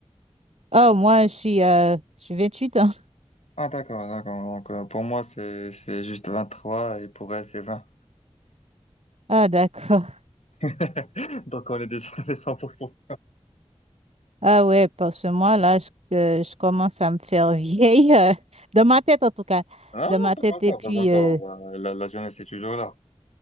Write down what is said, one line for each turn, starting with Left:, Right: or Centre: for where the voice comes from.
Right: Oh, moi, je suis, euh, je suis 28 ans.
Left: Ah, d'accord, d'accord. Donc, euh, pour moi, c'est, c'est juste 23 et pour elle, c'est 20
Right: Ah, d'accord.
Left: <laughs> Donc, on est déjà <laughs> les 100%.
Right: Ah ouais, parce que moi, là, je, que je commence à me faire <laughs> vieille. euh, dans ma tête, en tout cas.
Left: Ah, Non,
Right: Dans ma
Left: pas
Right: tête.
Left: encore,
Right: Et puis,
Left: pas encore.
Right: euh,
Left: Euh, La, la jeunesse est toujours là.